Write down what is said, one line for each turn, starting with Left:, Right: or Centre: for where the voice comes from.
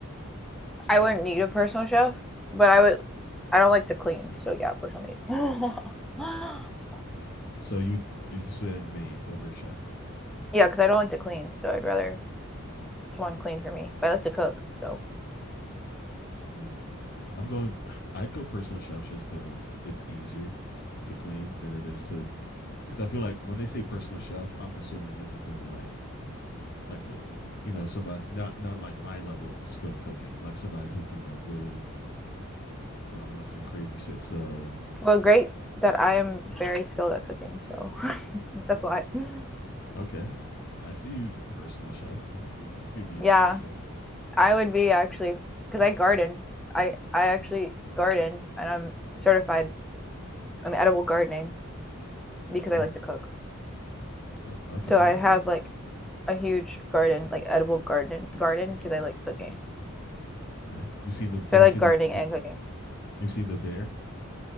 Centre: I wouldn't need a personal chef, but I would. I don't like to clean, so yeah, personal maid. <gasps> <laughs>
Left: So you you said maid over chef.
Centre: Yeah, because I don't like to clean, so I'd rather someone clean for me. But I like to cook, so
Left: Mm, I'm going. I'd go personal chef just because it's easier to clean than it is to. Because I feel like when they say personal chef, I'm assuming this is gonna be like like a you know somebody not not like my level of skill cooking, like somebody who can like really you know make some crazy shit. So
Centre: well, great that I am very skilled at cooking, so <laughs> that's why. <gasps>
Left: okay, I see you, personal chef. Then. You you could be
Centre: Yeah,
Left: a, a chef.
Centre: I would be actually because I garden. I I actually garden, and I'm certified in edible gardening because
Left: Nice.
Centre: I like to cook.
Left: So okay,
Centre: So I
Left: I
Centre: have
Left: see.
Centre: like a huge garden, like edible garden garden because I like cooking.
Left: Okay, you seen the
Centre: So
Left: have
Centre: I
Left: you
Centre: like
Left: seen
Centre: gardening
Left: the, the
Centre: and
Left: have
Centre: cooking.
Left: you seen the bear?